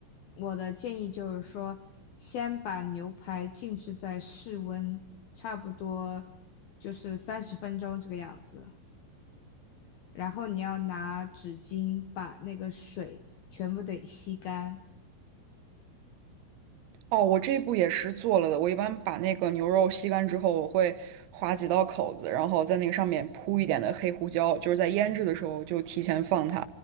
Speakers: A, on the left; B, on the right.
A: 我的建议就是说，先把牛排静置在室温，差不多就是三十分钟这个样子。然后你要拿纸巾把那个水全部得吸干，
B: 哦，我这一步也是做了的。我一般把那个牛肉吸干之后，我会划几道口子，然后在那个上面铺一点的黑胡椒，就是在腌制的时候就提前放它。